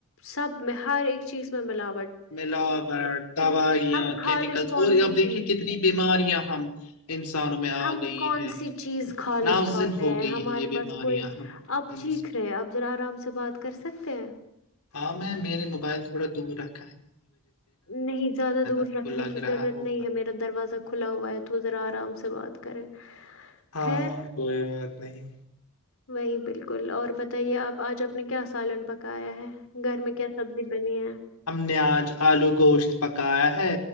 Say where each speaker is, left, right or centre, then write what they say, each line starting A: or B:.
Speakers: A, on the left; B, on the left.
A: سب میں ہر ایک چیز میں ملا
B: ملاوٹ دوائیاں
A: ہم خالص
B: کیمیکلس
A: کون
B: اور
A: سی
B: اب دیکھیے
A: چیز
B: کتنی بیماریاں ہم انسانوں میں آ
A: ہم
B: گئی
A: کون
B: ہے
A: سی چیز خالص
B: ناوزن
A: کھاتے
B: ہو
A: ہیں
B: گئی
A: ہمارے
B: یہ
A: پاس
B: بیماریاں
A: کوئی
B: ہم
A: آپ
B: انس-
A: چیھ رہے آپ ذرا آرام سے بات کر سکتے ہیں
B: ہاں میں میرے موبائل تھوڑا دور رکھ
A: نہیں زیادہ دور
B: آپ
A: رکھنے
B: کو لگ
A: کی ضرورت
B: رہا ہوگا
A: نہیں ہے میرا دروازہ کھلا ہوا ہے تو وہ ذرا آرام سے بات کریں
B: ہاں
A: خیر
B: ہاں کوئی بات نہیں
A: وہی بالکل اور بتائیے آپ آج آپ نے کیا سالن پکایا ہے گھر میں کیا سبزی بنی ہے
B: نیاز آلو گوشت پکایا ہے